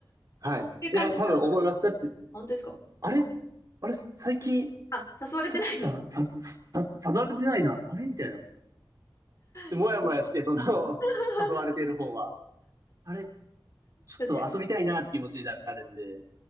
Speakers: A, on the right; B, on the left.
A: はい。
B: ていう感じなのか。
A: いや、多分思います。だって、
B: 本当ですか
A: あれあれ、最近、
B: あ、誘われてないみた
A: サチさん、さ、さ、さ誘われてないな。あれみたいな。で、
B: いな。
A: もやもやして、
B: うん
A: その、<laughs>
B: <laughs>
A: 誘われてる方は、あれちょっと遊びたいなって気持ちになるんで、
B: 確かに。